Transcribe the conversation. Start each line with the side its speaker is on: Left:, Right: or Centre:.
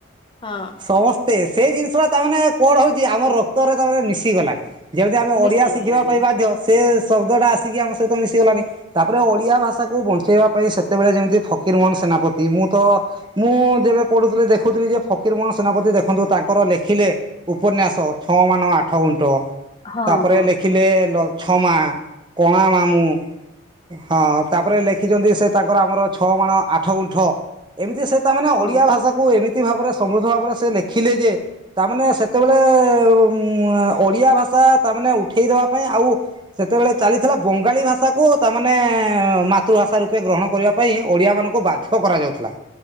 Left: ହଁ
Right: ସମସ୍ତେ ସେଇ ଜିନିଷା ତମାନେ କଣ ହଉଛି ଆମର ରକ୍ତରେ ତମାନେ ମିଶି ଗଲାଣି। ଯେମିତି ଆମେ
Left: ମିଶି
Right: ଓଡିଆ ଶିଖିବା
Left: ଗଲାଣି।
Right: ପାଇଁ ବାଧ୍ୟ ସେ ଶବ୍ଦ ଟା ଆସିକି ଆମ ସହିତ ମିଶି ଗଲାଣି ତା ଉପରେ ଓଡ଼ିଆ ଭାଷାକୁ ବଞ୍ଚାଇବା ପାଇଁ ସେ ସେତେବେଳେ ଯେମିତି ଫକୀରମୋହନ ସେନାପତି ମୁଁ ତ ମୁଁ ଯେବେ ପଢୁଥିଲି ଦେଖୁଥିଲି, ଯେ ଫକୀରମୋହନ ସେନାପତି ଦେଖନ୍ତୁ ତାଙ୍କର ଲେଖିଲେ ଉପନ୍ୟାସ ଛଅ ମାନ ଆଠ ଗୁଣ୍ଟ
Left: ହଁ
Right: ତାପରେ
Left: ହଁ
Right: ଲେଖିଲେ
Left: ହଁ
Right: ଲଛମା କଣା ମାମୁଁ ହଁ ତାପରେ ଲେଖିଛନ୍ତି ସେ ତାଙ୍କର ଆମର ଛଅ ମଣ ଆଠ ଗୁଣ୍ଠ ଏମିତି ସେ ତାମାନେ
Left: ହଁ
Right: ଓଡିଆ ଭାଷାକୁ ଏମିତି ଅତି ଭାବରେ ସମୃଦ୍ଧ ଭାବରେ ସେ ଲେଖିଲେ ଯେ ତାମାନେ ସେତେବେଳେ ମୁଁ ଓଡିଆ ଭାଷା ତାମାନେ ଉଠେଇଦବା ପାଇଁ। ଆଉ ସେତେବେଳେ ଚାଲିଥିଲା ବଙ୍ଗାଳୀ ଭାଷାକୁ ତାମାନେ ମାତୃଭାଷା ରୂପେ ଗ୍ରହଣ କରିବା ପାଇଁ ଓଡିଆ ମାନଙ୍କୁ ବାଧ୍ୟ କରାଯାଉଥିଲା।